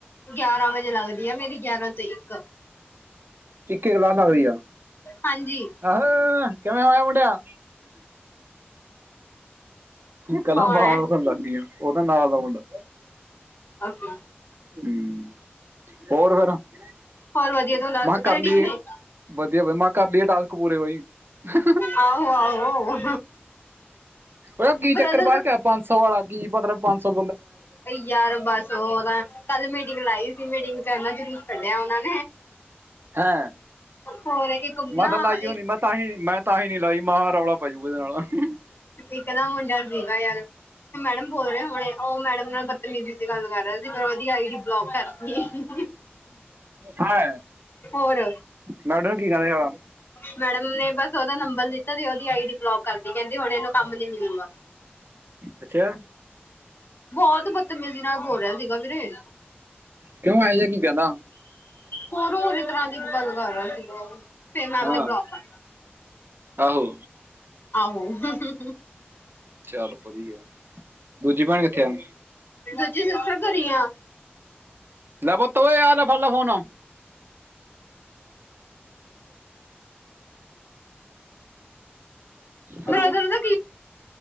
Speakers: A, on the left; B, on the right.
A: ਗਿਆਰਾਂ ਵਜੇ ਲੱਗਦੀ ਆ ਮੇਰੀ ਗਿਆਰਾਂ ਤੋਂ ਇੱਕ
B: ਇੱਕ ਗਲਾ ਨਾ ਹੋਈ ਆ।
A: ਹਾਂਜੀ
B: ਆਹਹੋ। ਕਿਵੇਂ ਹੋਇਆ ਮੁੜਿਆ ਕਲਾਂ
A: ਕੌਣ
B: ਬਾਹ
A: ਹੈ
B: ਦਾਥਣਡ ਸੀਆਂ ਉਹਦਾ ਨਾਲ ਦਾ ਮੁੰਡਾ
A: ਓਕੇ
B: ਹਮ। ਹੋਰ ਫੇਰ ਮੈਂ
A: ਹੋਰ ਵਧੀਆ ਤੂੰ ਦੱਸ
B: ਕਿਹਾ ਕਰ
A: ਘਰੇ
B: ਲਈਏ
A: ਠੀਕ ਨੇ
B: ਵਧੀਆ ਬ ਮੈਂ ਕਰ ਲਈਏ ਟਕ ਪੂਰੇ ਕੋ
A: ਆਹੋ ਆਹੋ
B: ਉਹ ਕੀ
A: ਬ੍ਰਦਰ
B: ਚੱਕਰ ਪਾਾਰ ਕੇ ਪੰਜ ਸੌ ਭਾ ਕੀ ਪਤਾਲ ਪੰਜ ਸੌ
A: ਯਾਰ ਬਸ ਉਹ ਤਾਂ ਕੱਲ ਮੇ ਲਾਈ ਸੀ ਮੀਟਿੰਗ ਚ ਇਹਨਾਂ ਜਲੂਸ ਕੱਢਿਆ ਉਹਨਾਂ ਨੇ
B: ਹੈਂ
A: ਹੋਰ ਇੱਕ ਨਾ
B: ਮੈਂ ਤਾਂ ਲਾਈਓ
A: ਇੱਕ
B: ਨ ਮੈਂ ਤਾਂਹੀ ਮੈਂ ਤਾਂਹੀ ਨੀ ਲਾਈ। ਮ ਰੌਲਾ ਪੈ ਜੂਗਾ ਇਹਦੇ ਨਾਲ
A: ਇੱਕ ਨਾ ਮੁੰਡਾ ਦੀਗਾ ਯਾਰ ਮੈਡਮ ਬੋਲ ਰਹੇ ਹੁਣੇ ਉਹ ਮੈਡਮ ਨਾਲ ਨ ਚ ਗੱਲ ਕਰ ਰਿਹਾ ਸੀ ਪਰ ਉਹਦੀ ਆਈ ਡੀ ਬਲੋਕ ਕਰੀ ਹੈ।
B: ਹਾਂ
A: ਹੋਰ
B: ਮੈਂ ਉਹਨੂੰ ਕੀ ਕਹਿੰਦਾ ਸਾਲਾ
A: ਮੈਡਮ ਨੇ ਬਸ ਉਹਦਾ ਨੰਬਰ ਦਿੱਤਾ ਤੇ ਉਹਦੀ ਆਈ ਡੀ ਕਰਦੀ ਕਹਿੰਦੀ। ਹੁਣ ਇਹਨੂੰ ਕੰਮ ਨੀ ਮਿਲੂਗਾ
B: ਅੱਛਾ।
A: ਬਹੁਤ ਬਦਤਮੀਜ਼ੀ ਨਾਲ ਹੋੋ ਰਿਹਾ ਸੀਗਾ ਵੀਰੇ।
B: ਕਿਉਂ ਐ ਜਾਂ ਕੀ ਕਹਿਦਾ।
A: ਹੋਰ ਹੋਰ ਤਰ੍ਹਾਂ ਦੀ ਬਲਗਾ ਰਿਹਾ ਸੀਗਾ ਉਹ ਫ ਮਾਰ
B: ਹਾਂ
A: ਬਲਕ
B: ਆਹੋ
A: ਆਹੋ। ਹਮ ਹਮ ਹਮ।
B: ਚੱਲ ਵਧੀਆ ਦੂਜੀ ਭੈਣ ਕਿ ਅੱਛਾ।
A: ਦਰਜੀ ਸੱਸ ਘਰੀ ਆ।
B: ਲੈ ਪੁੱਤ ੳ ਆ ਲੈ ਫੜਲੈ ਫੋਨ। ਹੈਲ
A: ਬ੍ਰਦਰ ਦਾ